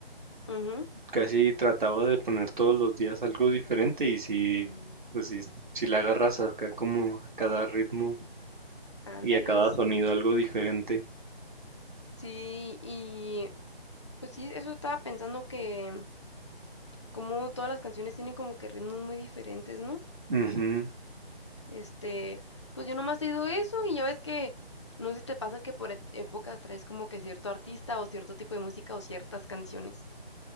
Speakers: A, on the left; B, on the right.
A: Ujú,
B: casi trataba de poner todos los días algo diferente y sí,
A: mm,
B: pues sí, sí la agarras acá como a cada ritmo
A: ándales.
B: y a cada sonido algo diferente.
A: Sí, y pues sí, eso estaba pensando que como todas las canciones tienen como que ritmos muy diferentes, ¿no?
B: Ujú.
A: Este, pues yo nomás he ido eso y ya ves que no sé si te pasa que por e- épocas traes como que cierto artista o cierto tipo de música o ciertas canciones.